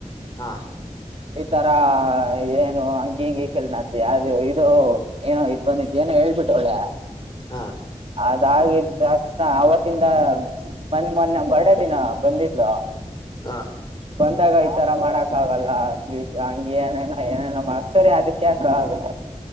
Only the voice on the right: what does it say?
ಈ ತರ ಏನು ಹಂಗಿ ಹಿಂಗಿ ಕೇಳ ನತಿ ಅದು ಇದು ಏನೋ ಇದ್ ಬಂದಿದ್ದ ಏನೋ ಹೇಳ್ಬಿಟ್ಟ ಒಳ್ಳೆ
ಅದಾಗಿದ ತಕ್ಷಣ ಅವತ್ತಿಂದ ಮಂದ್ ಮೊನ್ನೆ ಬರ್ಡೆ ದಿನ ಬಂದಿದ್ಲ
ಬಂದಾಗ ಈ ತರ ಮಾಡಕ್ ಆಗಲ್ಲ್ ಪ್ಲೀಸ್ ಹಂಗ ಏನೇನ ಏನೇನ ಮಾಡ್ಸ್ತಾರೆ ಅದಕ್ಯಾಕ ಆಗ